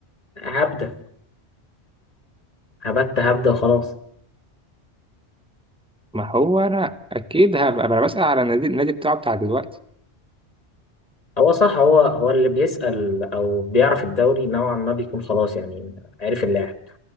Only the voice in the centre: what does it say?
ما هو انا اكيد هبقى ما انا بسأل على النادي النادي بتاعه بتاع دلوقتي